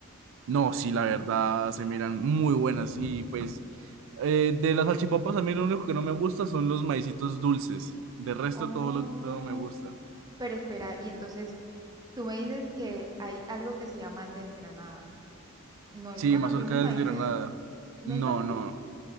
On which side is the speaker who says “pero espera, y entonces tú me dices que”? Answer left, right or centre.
Right